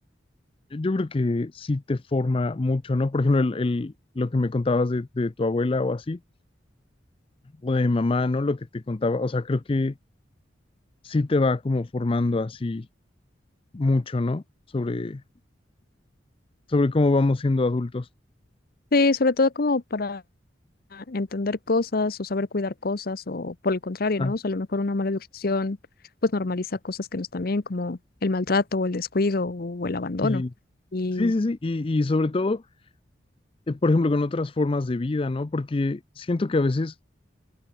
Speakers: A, on the left; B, on the left.
A: yo creo que sí te forma mucho, ¿no? Por ejemplo, el, el- lo que me contabas de, de tu abuela o así, o de mi mamá, ¿no? Lo que te contaba, o sea, creo que sí te va como formando así mucho, ¿no? Sobre, sobre cómo vamos siendo adultos.
B: Sí, sobre todo como para entender cosas o saber cuidar cosas o por el contrario,
A: Ajá.
B: ¿no? O sea, a lo mejor una mala educación pues normaliza cosas que no están bien como el maltrato o el descuido o el abandono
A: Sí,
B: y
A: sí, sí, sí. Y, y sobre todo eh, por ejemplo, con otras formas de vida, ¿no? Porque siento que a veces